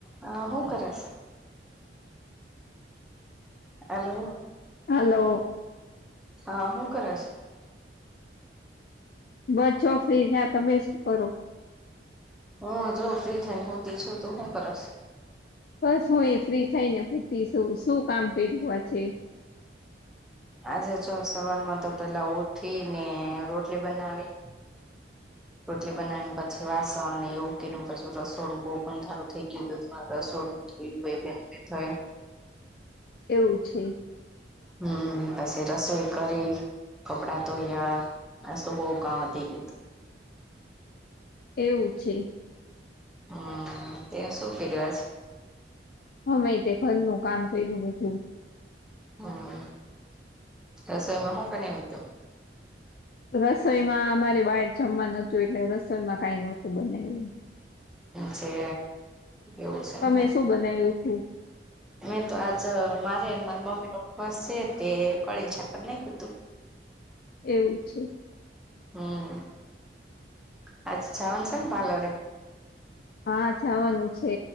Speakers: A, in the centre; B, on the left.
A: અ શું કરસ, hello..
B: hello.
A: હા હું કરસ
B: બચો ફ્રી થયા તમે શું કરો.
A: હું જો ફ્રી થઈને હૂતી છું તો હું કરસ..
B: બસ હું એ ફ્રી થઈને હુતીસુ શું કામ કર્યું આજે.
A: આજે જો સવાર માં તો પેલા ઉઠી ને રોટલી બનાવી.. રોટલી બનાવીને પછી વાસણ એવું કે પછું રસોડુ બહુ ગંધાતું થઈ ગયું હતું મા રસોડુ જોયું ભ ત્યાં થય..
B: એવું છે..
A: હમ પછી રસોઈ કરી કપડા ધોયા આજ તો બહુ કામ વધી ગીવ તું..
B: એવું છે..
A: હમ તે શું કર્યું આજ.
B: હમે તે ઘર નું કામ કર્યું બધું..
A: હમ રસોઈમાં હું બનાવ્યું તો.
B: રસોઈમાં અમારે બાર જમવા નતું એટલે રસોઈમાં કઈ નહોતું બનાયવું
A: છે.. એવું
B: તમે
A: એમને
B: શું બનાવ્યું હતું
A: મેં તો આજ મારે મા મમ્મી નો ઉપવાસ છે તે કળીને છાકર નઈ કતું..
B: <inaudible> એવું છે..
A: હમ આજ જવાનુ સે ને પાલરે
B: હા જાવાનું છે